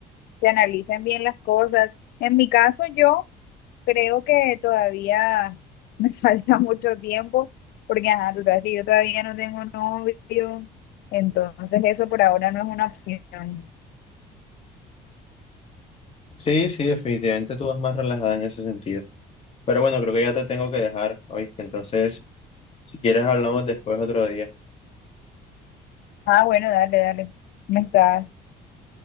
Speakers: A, on the left (about 70°); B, on the left (about 35°).
A: se analicen bien las cosas. En mi caso, yo creo que todavía me <laughs> falta mucho tiempo porque, ajá, tú sabes que yo todavía no tengo novio, entonces eso por ahora no es una opción.
B: Sí, sí, definitivamente tú vas más relajada en ese sentido. Pero bueno, creo que ya te tengo que dejar, ¿oíste? Entonces, si quieres, hablamos después otro día.
A: Ah, bueno, dale, dale. Me estás,